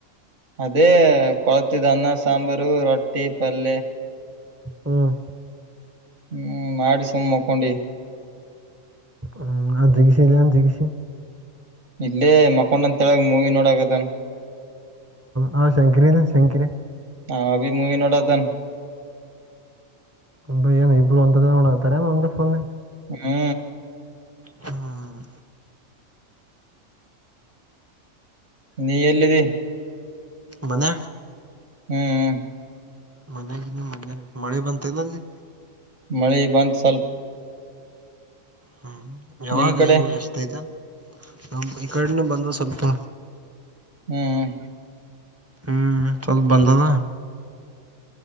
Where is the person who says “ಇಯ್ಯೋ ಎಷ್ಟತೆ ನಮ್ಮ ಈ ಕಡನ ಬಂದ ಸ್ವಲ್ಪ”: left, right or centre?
Right